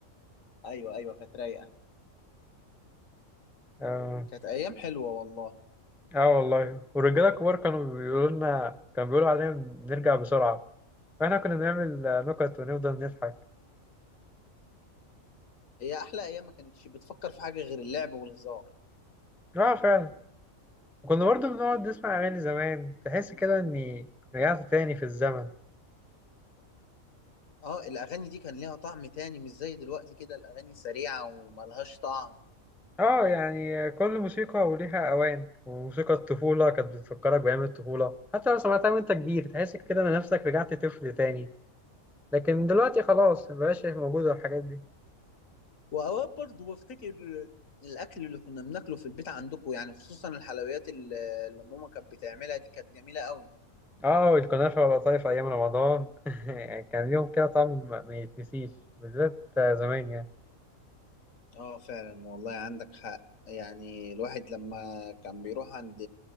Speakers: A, on the left (about 75°); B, in the centre.
A: ايوه ايوه كانت رايقه
B: اه
A: كانت ايام حلوه والله
B: اه والله والرجالة الكبار كانوا بيقولوا لنا كانوا بيقولوا علينا نرجع بسرعة فاحنا كنا بنعمل آه، نكت ونفضل نضحك
A: هي احلى ايام ما كانتش بتفكر في حاجه غير اللعب والهزار
B: اه فعلا وكنا برضه بنقعد نسمع أغاني زمان تحس كده إني رجعت تاني في الزمن
A: اه الاغاني دي كان ليها طعم تاني مش زي دلوقتي كده الاغاني سريعه وملهاش طعم
B: اه يعني كل موسيقى وليها أوان وموسيقى الطفولة كانت بتفكرك بأيام الطفولة حتى لو سمعتها وأنت كبير تحس كده إن نفسك رجعت طفل تاني لكن دلوقتي خلاص مبقاش موجودة الحاجات دي
A: واوقات برضه بفتكر الاكل اللي كنا بناكله في البيت عندكم يعني خصوصا الحلويات اللي اللي ماما كانت بتعملها دي كانت جميله قوي
B: اه الكنافة والقطايف أيام رمضان <laughs> كان ليهم كده طعم ما يتنسيش بالذات زمان يعني
A: اه فعلا والله عندك حق يعني الواحد لما كان بيروح عند